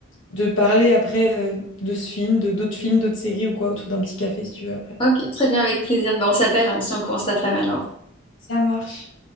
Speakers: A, on the left; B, on the left.
A: de parler après euh, de ce film, de d'autres films, d'autres séries ou quoi, autour d'un petit café si tu veux après.
B: Ok, très bien, avec plaisir. Ben, on s'appelle, on se tient au courant cet après-midi alors.
A: Ça marche.